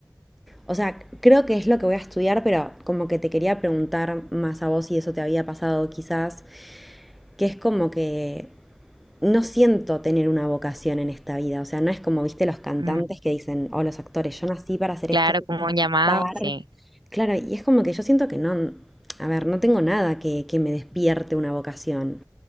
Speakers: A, in the centre; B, on the right (about 80°).
A: o sea, creo que es lo que voy a estudiar, pero como que te quería preguntar más a vos si eso te había pasado quizás, que es como que no siento tener una vocación en esta vida. O sea, no es como, viste, los cantantes
B: Mm,
A: que dicen, o los actores, yo nací para hacer
B: Claro,
A: esto, yo
B: como
A: quiero cantar.
B: un llamado, sí.
A: Claro, y es como que yo siento que no, a ver, no tengo nada que, que me despierte una vocación.